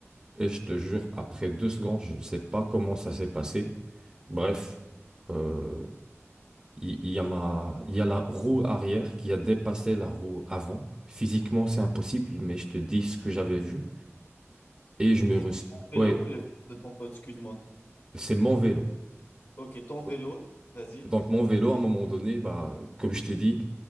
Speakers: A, on the right; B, on the left.
A: Et je te jure, après deux secondes, je ne sais pas comment ça s'est passé. Bref. euh, il il y a ma, il y a la roue arrière qui a dépassé la roue avant. Physiquement, c'est impossible, mais je te dis ce que j'avais vu. Et je me
B: Et
A: re...
B: ton vélo
A: Ouais,
B: ou le vélo de ton pote, excuse-moi.
A: c'est mon vélo.
B: Ok, ton vélo,
A: Ouais.
B: vas-y.
A: Donc,
B: <laughs>
A: mon vélo, à un moment donné, bah, comme je t'ai dit,